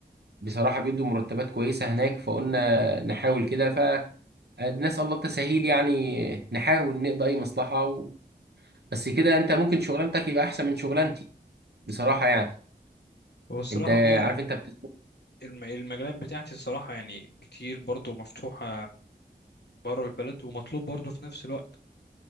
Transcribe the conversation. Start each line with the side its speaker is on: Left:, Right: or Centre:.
Right: بصراحة بيدوا مرتبات كويسة هناك فقلنا نحاول كده فنسأل الله التسهيل يعني نحاول نقضي أي مصلحة و... بس كده أنت ممكن شغلانتك يبقى أحسن من شغلانتي بصراحة يعني
Left: هو الصراحة
Right: أنت
Left: أه
Right: عارف أنت بت...
Left: الم- المجالات بتاعتي الصراحة يعني كتير برضو مفتوحة بره البلد ومطلوب برضو في نفس الوقت